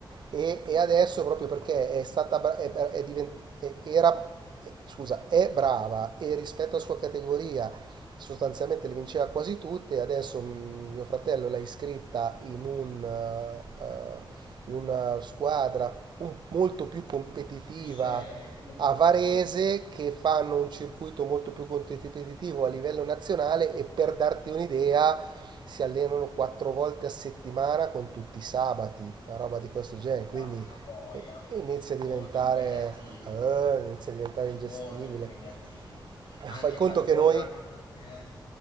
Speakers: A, on the right; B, on the left.
A: e, e adesso proprio perché è stata bra- è- è divent- è- era, scusa, è brava e rispetto alla sua categoria sostanzialmente le vinceva quasi tutte, adesso mm, mio fratello l'ha iscritta in un, eh, eh, in una squadra un- molto più competitiva
B: più serie, più competitivi.
A: a Varese che fanno un circuito molto più competitivo a livello nazionale e per darti un'idea si allenano quattro volte a settimana con tutti i sabati,
B: Che miseria.
A: una roba di questo genere, quindi
B: Porca boia,
A: eh, inizia a diventare,
B: molto impegnativo,
A: eh, inizia a diventare ingestibile.
B: molto impegnativo,
A: Fai
B: anche
A: conto
B: per loro,
A: che noi
B: anche perché...